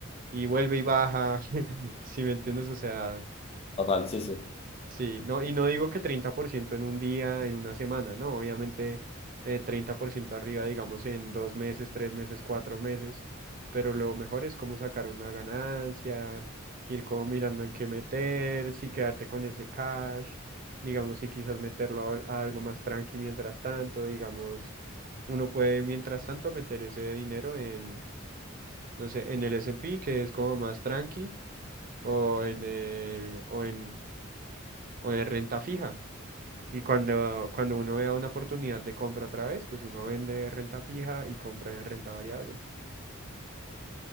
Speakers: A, on the right; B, on the left.
A: Y vuelve y baja, <laughs> si me entiendes, o sea,
B: Total, sí, sí.
A: Sí, no, y no digo que 30% en un día, en una semana, no, obviamente eh, 30% arriba, digamos, en dos meses, tres meses, cuatro meses, pero lo mejor es como sacar una ganancia, ir como mirando en qué meter, si quedarte con ese cash, digamos, si quizás meterlo a, a algo más tranqui mientras tanto, digamos, uno puede mientras tanto meter ese dinero en, no sé, en el S and P que es como más tranqui, o en el, o en, o en renta fija y cuando, cuando uno vea una oportunidad de compra otra vez, pues uno vende renta fija y compra en renta variable.